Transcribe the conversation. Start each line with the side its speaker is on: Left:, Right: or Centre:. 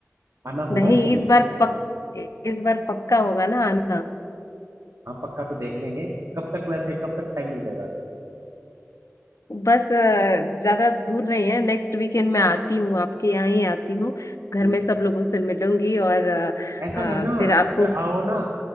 Right: आना हुआ
Left: नहीं
Right: है कभी
Left: इस बार पक इस बार पक्का होगा ना आना
Right: हाँ पक्का तो देख लेंगे कब तक वैसे कब तक टाइम मिल जाएगा आने का
Left: बस अ, ज्यादा दूर नहीं है नेक्स्ट वीकेंड मैं आती हूँ आपके यहाँ ही आती हूँ घर
Right: हम्म
Left: में सब लोगों से मिलूंगी और अ,
Right: ऐसा
Left: अ,
Right: करना
Left: फिर आपको
Right: अगर आओ ना